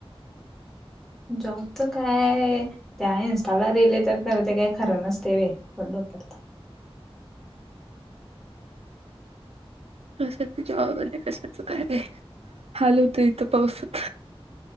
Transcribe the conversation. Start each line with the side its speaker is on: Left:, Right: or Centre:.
Centre: जॉबच काय त्या इन्स्टाला रीलल येतात खर ते काही खर नसते वय पण डोक्यात ताप
Right: कशाच जॉब अन कशाच काय बय हाल होतय इथ पाऊसच